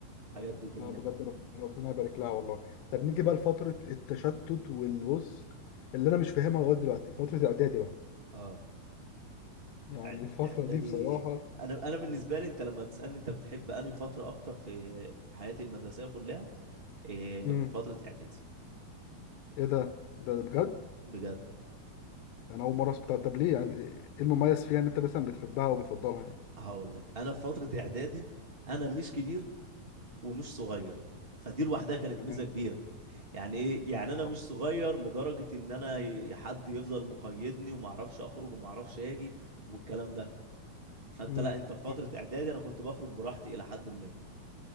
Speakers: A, on the right (about 45°); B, on the left (about 80°).
A: الحاجات
B: أيوة.
A: دي كلها
B: لا بجد رب... ربنا يبارك لها والله طب نيجي بقى لفترة التشتت والبص اللي انا مش فاهمها لغاية دلوقتي فترة اعدادي بقى
A: اه
B: يعني
A: إعد-
B: الفترة
A: اعدادي
B: دي بصراحة
A: انا انا بالنسبه لي انت لما تسالني انت بتحب انهي فتره اكتر في في حياتي المدرسيه كلها إيه
B: امم
A: فتره اعدادي
B: ايه ده ده بجد
A: بجد
B: انا اول مره اسمع طب طب ليه يعني ايه المميز فيها ان انت مثلا بتحبها وبتفضلها يعني
A: هقول لك انا في فتره اعدادي انا مش كبير ومش صغير فدي لوحدها كانت
B: تمام
A: ميزة كبيرة يعني ايه يعني انا مش
B: صح
A: صغير لدرجة ان انا ي- حد يفضل مقيدني وما اعرفش اخرج وما اعرفش اجي والكلام ده فانت
B: امم
A: لا انت في فترة
B: صح
A: اعدادي انا كنت بخرج براحتي الى حد ما